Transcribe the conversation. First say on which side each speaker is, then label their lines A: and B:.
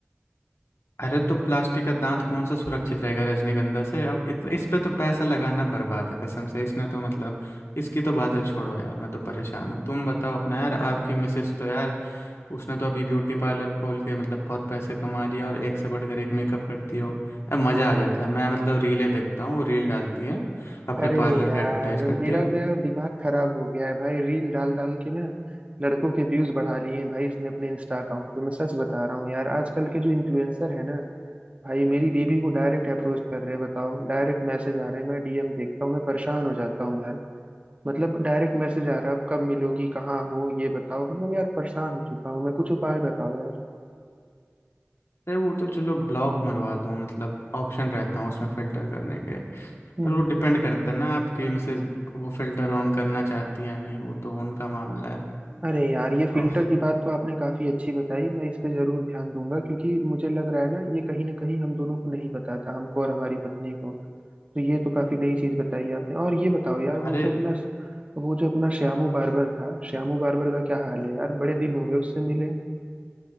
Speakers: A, on the left (about 75°); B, on the right (about 30°).
A: अरे तो प्लास्टिक का दांत कौन सा सुरक्षित रहेगा रजनीगंधा से अब इत, इस पे तो पैसा लगाना बर्बाद है कसम से इसने तो मतलब इसकी तो बातें छोड़ो यार मैं तो परेशान हूँ तुम बताओ अपना यार आपकी मिसेस तो यार उसने तो अभी ब्यूटी पार्लर खोल के मतलब बहुत पैसे कमा रही है और एक से बढ़कर एक मेकअप करती हो यार मज़ा आ जाता है मैं मतलब रीलें देखता हूँ वो रील डालती है अपने
B: अरे
A: पार्लर
B: यार
A: का एडवर्टाइज करती
B: मेरा
A: है
B: तो यार दिमाग खराब हो गया है भाई रील डाल डाल के ना लड़कों के व्यूज बढ़ा लिए हैं भाई इसने अपने इंस्टा अकाउंट पे मैं सच बता रहा हूँ यार आजकल के जो इन्फ्लुएंसर है ना भाई मेरी बीबी को डायरेक्ट अप्रोच कर रहे हैं बताओ डायरेक्ट मैसेज आ रहे हैं मैं डीएम देखता हूँ मैं परेशान हो जाता हूँ यार मतलब डायरेक्ट मैसेज आ रहा है कब मिलोगी कहाँ हो ये बताओ मतलब यार परेशान हो चुका हूँ मैं कुछ उपाय बताओ यार
A: अरे वो तो चलो ब्लॉक मरवा दो मतलब ऑप्शन रहता है उसमें फ़िल्टर करने के
B: हम्म
A: पर वो डिपेंड करता है ना आपकी मिसेज वो फ़िल्टर ऑन करना चाहती है या नहीं वो तो उनका मामला है
B: अरे यार ये
A: तो
B: फिल्टर की बात तो आपने काफी अच्छी बताई मैं इस पे जरूर ध्यान दूंगा क्योंकि मुझे लग रहा है ना ये कहीं ना कहीं हम दोनों को नहीं पता था हमको और हमारी पत्नी को तो ये तो काफी नई चीज बताई आपने और ये बताओ यार
A: अरे
B: वो जो अपना वो जो अपना श्यामू बार्बर था श्यामू बार्बर का क्या हाल है यार बड़े दिन हो गए उससे मिले